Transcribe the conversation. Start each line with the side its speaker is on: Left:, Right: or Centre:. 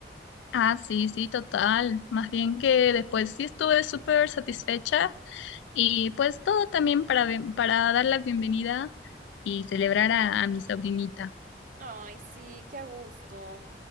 Left: Ah, sí, sí, total. Más bien que después sí estuve súper satisfecha y pues todo también para, ben- para dar la bienvenida y celebrar a, a mi sobrinita.
Right: Ay, sí, qué a gusto.